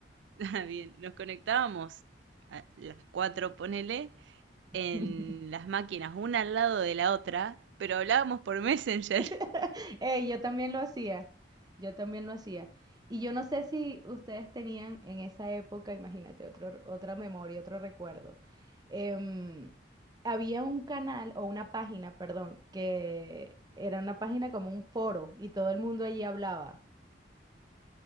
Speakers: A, on the right; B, on the right.
A: <laughs> ah, bien, nos conectábamos a las cuatro, ponele, en
B: <laughs>
A: las máquinas, una al lado de la otra, pero hablábamos por Messenger.
B: <laughs>
A: <laughs>
B: Ey, yo también lo hacía, yo también lo hacía. Y yo no sé si ustedes tenían en esa época, imagínate, otro, otra memoria, otro recuerdo. Em, había un canal o una página, perdón, que era una página como un foro y todo el mundo allí hablaba.